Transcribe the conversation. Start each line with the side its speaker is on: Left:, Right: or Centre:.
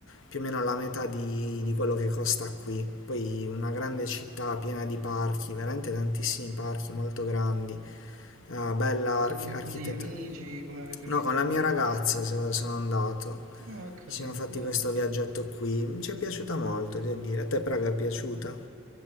Left: più o meno la metà di, di quello che costa qui. Poi una grande città piena di parchi, veramente tantissimi parchi molto grandi, eh, bella
Right: Sei
Left: arch-
Right: andato
Left: architettura.
Right: con degli amici, come avete
Left: No,
Right: organizzato
Left: con la mia
Right: con gli
Left: ragazza
Right: amici?
Left: so- sono andato,
Right: Ah, ho capito,
Left: ci siamo fatti
Right: bello.
Left: questo viaggetto qui, ci è piaciuta molto, devo dire. A te Praga è piaciuta?